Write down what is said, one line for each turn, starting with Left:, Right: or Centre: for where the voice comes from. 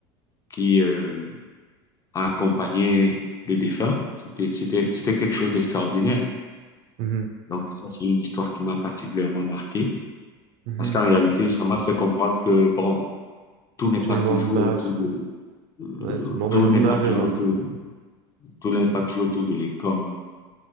Left: qui euh, a accompagné le défunt. C'était, c'était, c'était quelque chose d'extraordinaire.
Right: Mhm.
Left: Donc, ça, c'est une histoire qui m'a particulièrement marqué
Right: Mhm.
Left: parce qu'en réalité, ça m'a fait comprendre que, bon, tout n'est pas
Right: Tout le
Left: toujours
Right: monde meurt.
Left: autour de, Euh,
Right: Ouais, tout le monde
Left: tout
Right: <laughs>
Left: n'est
Right: meurt
Left: pas toujours,
Right: éventuellement.
Left: tout, tout n'est pas toujours autour de l'école.